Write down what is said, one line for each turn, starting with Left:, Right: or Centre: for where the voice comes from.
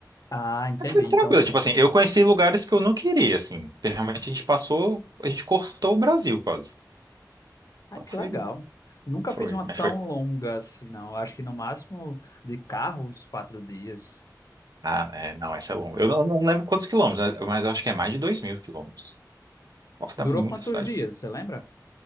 Left: Ah, entendi.
Right: Aí Foi tranquilo,
Left: Então,
Right: tipo assim, eu conheci lugares que eu não queria, assim. porque Realmente a gente passou, a gente cortou o Brasil quase.
Left: ah,
Right: Então
Left: que
Right: foi,
Left: legal. Nunca
Right: foi,
Left: fiz uma tão
Right: mas foi.
Left: longa assim, não. Eu Acho que no máximo de carro, uns quatro dias.
Right: Ah, é, não, essa é longa. Eu não, não lembro quantos quilômetros, né, mas eu acho que é mais de dois mil quilômetros. Corta
Left: Durou
Right: muita
Left: quantos
Right: cidade.
Left: dias, você lembra?